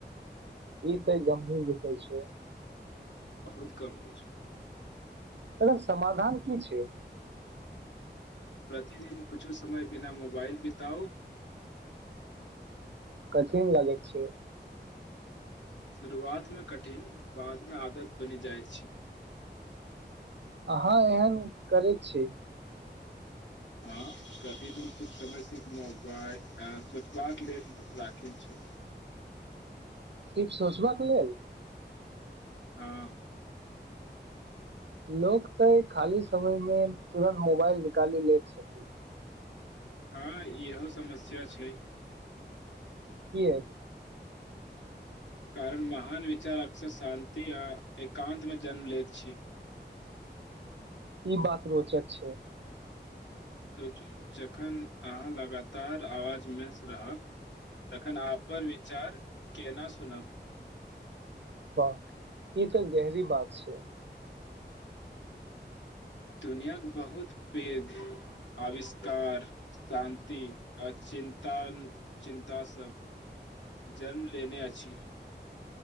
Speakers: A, on the right; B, on the left.
A: ई तय गंभीर विषय छै
B: बहुत कम होइ छै
A: तकर समाधान की छै
B: प्रतिदिन कुछो समय बिना मोबाइल बिताउ
A: कठिन लागे छै
B: शुरुआतमे कठिन बादमे आदत बनि जाइत छै
A: अहाँ एहन करैत छी
B: हँ प्रतिदिन कुछ समय सिर्फ मोबाइल एप सोचबाक लेल राखैत छी
A: सिर्फ सोचबाके लेल
B: हँ
A: लोक त खाली समयमे तुरत मोबाइल निकाली ले छैय
B: हँ इहो समस्या छैय
A: कियाक
B: कारण महा महान विचार अक्सर शान्ति आ एकान्तमे जन्म लैत छी
A: ई बात रोचक छै
B: सोचू जखन अहाँ लगातार आवाजमे रहब तखन अहाँ अपन विचार केना सुनब
A: वाह ई त गहरी बात छै
B: दुनियाक बहुत पेघ अविष्कार शान्ति अचिन्ता चिन्ता सब जन्म लेने अछि